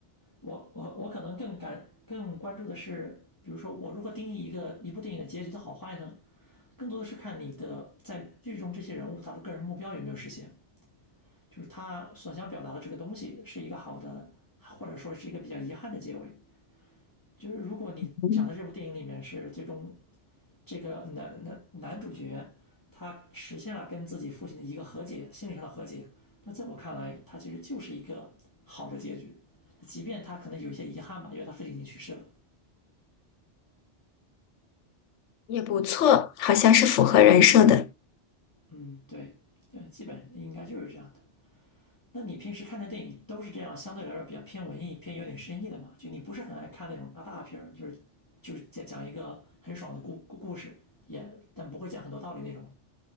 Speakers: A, on the left; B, on the left.
A: 我我我可能更感更关注的是，比如说我如何定义一个一部电影的结局的好坏呢？更多的是看你的在剧中这些人物他的个人目标有没有实现，就是他所想表达的这个东西是一个好的，或者说是一个比较遗憾的结尾。就是如果你讲的这部电影里面是最终
B: 嗯，
A: 这个男男男主角他实现了跟自己父亲的一个和解，心理上的和解，那在我看来，他其实就是一个好的结局，即便他可能有一些遗憾吧，因为他父亲已经去世了。
B: 也不错，
A: 对，
B: 好像是符合人设的。
A: 嗯，对，呃，基本应该就是这样的。那你平时看的电影都是这样，相对来说比较偏文艺、偏有点深意的嘛？就你不是很爱看那种大大片儿，就是就是讲讲一个很爽的故故故事，也但不会讲很多道理那种。